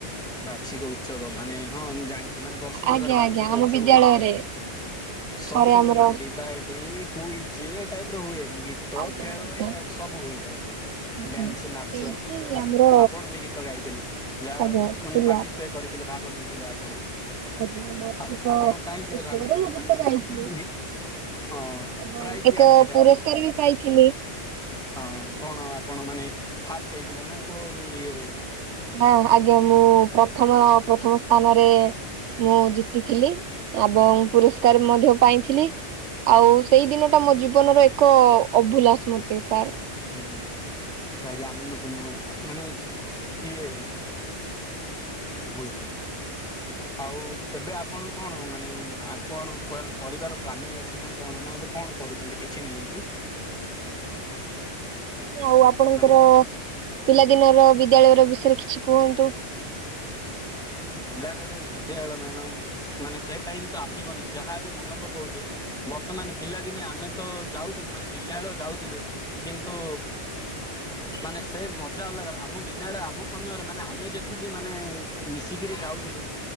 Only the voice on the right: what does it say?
ଆଜ୍ଞା
ଆଜ୍ଞା ଆମ
ବିଦ୍ୟାଳୟରେ
ଥରେ ଆମର
ଆଜ୍ଞା
ଆଜ୍ଞା
ଆଜ୍ଞା
ସେଇଠି
ଆମର
ଆଜ୍ଞା
ଥିଲା
ଆଜ୍ଞା ବାର୍ଷିକ
ଉତ୍ସବରେ
ମୁଁ ଗୀତ
ଗାଇଥିଲି
ଏବଂ
ଏକ
ପୁରସ୍କାର
ବି ପାଇଥିଲି।
ହଁ ଆଜ୍ଞା ମୁଁ ପ୍ରଥମ ପ୍ରଥମ ସ୍ଥାନରେ ମୁଁ ଜିତିଥିଲି ଏବଂ ପୁରସ୍କାର ମଧ୍ୟ ପାଇଥିଲି। ଆଉ ସେଇ ଦିନ ଟା ମୋ ଜୀବନର ଏକ ଅଭୁଲା ସ୍ମୃତି ସାର୍।
ଆଉ ଆପଣଙ୍କର
ପିଲାଦିନର ବିଦ୍ୟାଳୟ ର ବିଷୟରେ କିଛି କୁହନ୍ତୁ?